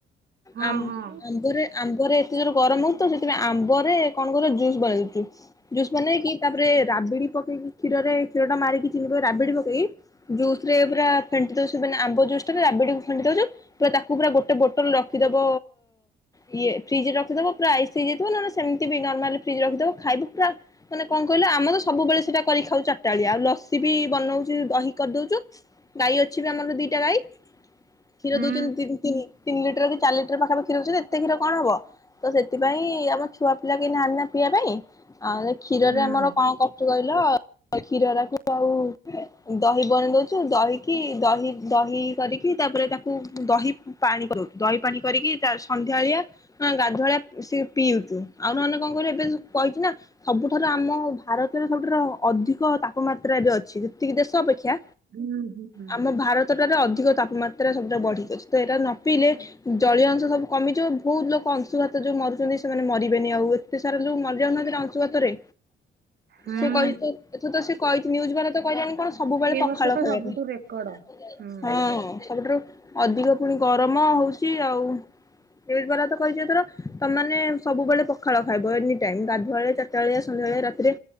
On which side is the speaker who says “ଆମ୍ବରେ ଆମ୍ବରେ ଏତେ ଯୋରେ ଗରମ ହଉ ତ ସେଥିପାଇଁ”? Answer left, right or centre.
Left